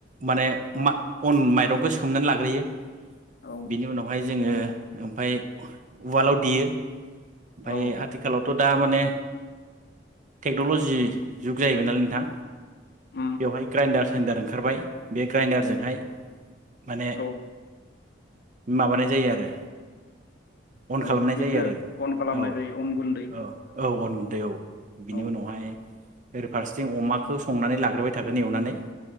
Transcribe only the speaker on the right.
माने मा अन माइरंखौ सोमनानै लाग्रोयो।
बिनि उनाव ओमफाय जोङो ओमफाय उवालाव देयो। ओमफाय
आथिखालावथ दा माने टेक्नल'जि जुग जाहैबाय नालाय नोंथां
बेवहाय ग्राइडार साइडार ओंखारबाय बे ग्राइडारजोंहाय माने।
माबानाय जायो आरो‌। अन
खालामनाय
जायो आरो।
औ
औ औ अन गुन्दै औ बिनि
उनावहाय। ओरै फारसेथिं अमाखौ संनानै लाग्रोबाय थागोन एवनानै।